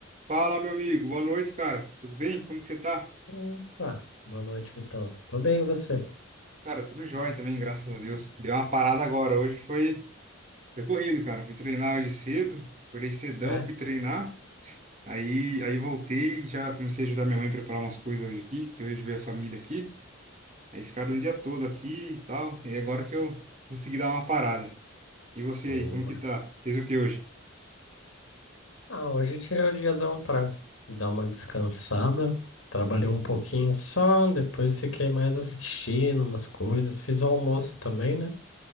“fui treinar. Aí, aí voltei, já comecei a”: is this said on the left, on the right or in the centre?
Right